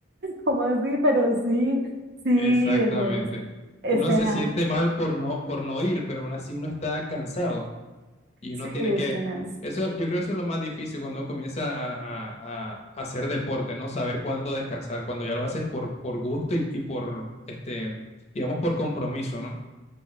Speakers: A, on the right; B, on the left.
A: ¿cómo así? Pero sí, sí,
B: Exactamente.
A: eso es, es
B: Uno
A: tenaz,
B: se siente mal por no, por no ir, pero aún así uno está cansado y
A: sí,
B: uno tiene que...
A: es tenaz.
B: Eso, yo creo que eso es lo más difícil cuando uno comienza a, a- a hacer deporte, ¿no? Saber cuándo descansar, cuando ya lo haces por, por gusto y, y por, este, digamos, por compromiso, ¿no?